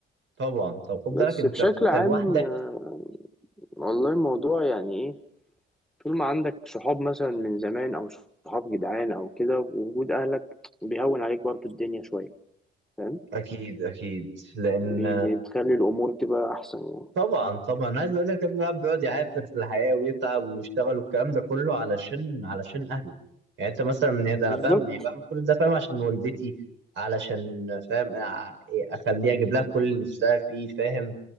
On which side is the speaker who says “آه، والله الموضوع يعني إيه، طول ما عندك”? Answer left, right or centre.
Centre